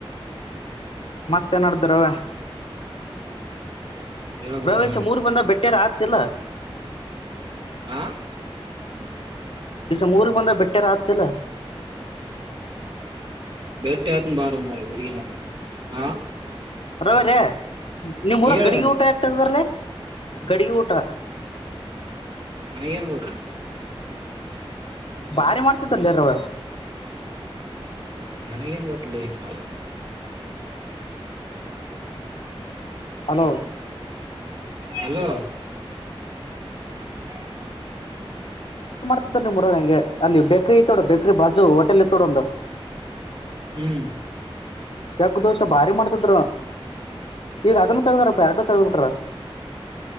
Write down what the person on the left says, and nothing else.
ಮತ್ತೆ ನಡದ್ರಲ್ಲ
ಪ್ರವೇಶ
ಮೂರು ಬಂದ ಬೆಟ್ಟೆ ರಾತ್ ತಿಲ್ಲ
ಈಸ ಊರಿಗೆ ಬಂದಾಗ ಬೆಟ್ಟಾರ ಆಗ್ತಿಲ್ಲ
ಬರಿ ನಿಮ್ ಊರ
ಗಡಿಗೆ ಊಟ ಏಕೆ ಆಗ್ತದರೀ ಗಡಗಿ ಊಟ.
ಭಾರಿ ಮಾಡ್ತಿದ್ದರ್ಲೆ ರವ್ಯಾ.
ಹಲೋ.
ನಿಮ್ಮ ಊರಗ ಹಂಗೆ ಅಲ್ಲಿ ಬೇಕ್ರಿ ಇತ್ತೊ ಬೇಕ್ರಿ ಬಾಜು ಹೋಟೆಲ್ ಇತ್ತ ನೋಡ್ ಒಂದು.
ಯಗ ದೋಷೆ ಭಾರಿ ಮಾಡ್ತಿದ್ರ ಈಗ ಅದನ್ನ ತಗದಾರ. ಎರಡು ತೆಗೆದ ಬಿಟ್ರ್.